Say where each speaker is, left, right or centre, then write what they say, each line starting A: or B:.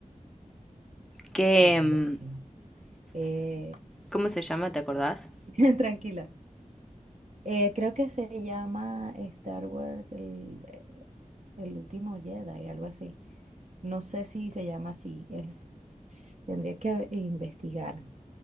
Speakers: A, in the centre; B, on the right.
A: ¿Qué,
B: Ese
A: em,
B: es buenísimo. Eh,
A: cómo se llama? ¿Te acordás?
B: <laughs> tranquila. Eh, creo que se llama Star Wars el, el último Jedi, algo así. No sé si se llama así. eh, tendría que investigar,